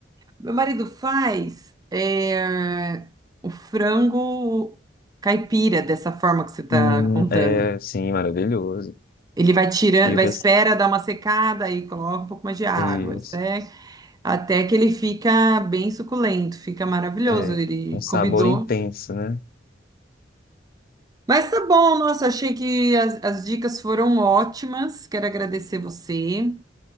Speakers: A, on the right (about 20°); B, on the left (about 55°).
A: Meu marido faz é, o frango caipira, dessa forma que você está
B: Hum,
A: contando.
B: é, sim, maravilhoso.
A: Ele vai tirando,
B: E
A: vai
B: o res...
A: espera dar uma secada e coloca um pouco mais de água.
B: isso,
A: Isso é até que ele fica bem suculento, fica maravilhoso.
B: é,
A: Ele
B: um sabor
A: convidou.
B: intenso, né?
A: Mas tá bom, nossa, achei que as, as dicas foram ótimas. Quero agradecer você